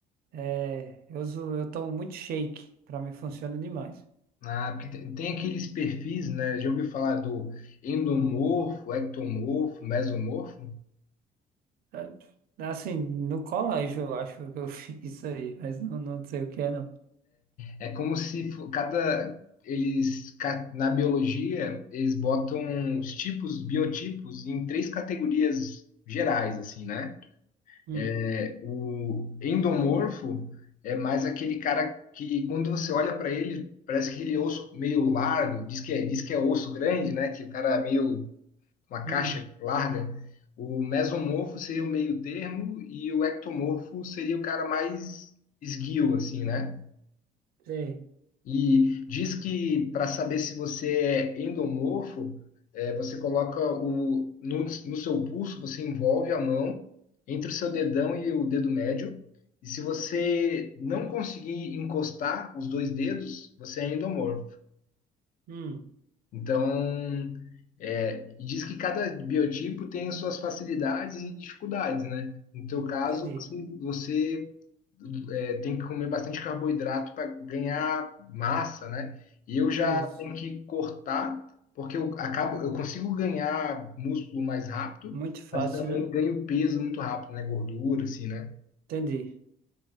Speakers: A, on the right; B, on the left.
A: é, eu uso, eu tomo muito shake, para mim funciona demais.
B: ah, porque tem tem aqueles perfis, né? Já ouviu falar do endomorfo, ectomorfo, mesomorfo?
A: É, Assim, no colégio eu acho que eu <laughs> fiz isso aí, mas não, não sei o que é, não.
B: É como se fo- cada eles ca- na biologia eles botam os tipos, biotipos em três categorias gerais, assim, né?
A: Hum,
B: É, O endomorfo é mais aquele cara que quando você olha para ele, parece aquele osso meio largo, diz que é, diz que é osso grande, né? Que o cara é meio uma caixa
A: hum,
B: larga, o mesomorfo seria o meio termo e o ectomorfo seria o cara mais esguio, assim, né?
A: sei.
B: E diz que para saber se você é endomorfo, é, você coloca o, no, no seu pulso, você envolve a mão entre o seu dedão e o dedo médio. E se você não conseguir encostar os dois dedos, você é endomorfo.
A: Hum,
B: Então, é, e diz que cada biotipo tem suas facilidades e dificuldades, né? No teu caso,
A: entendi.
B: você, você é, tem que comer bastante carboidrato para ganhar massa, né? E eu já
A: Isso.
B: tenho que cortar, porque eu acabo, eu consigo ganhar músculo mais rápido,
A: Muito fácil,
B: mas também
A: né?
B: ganho peso muito rápido, né? Gordura, assim, né?
A: Entendi.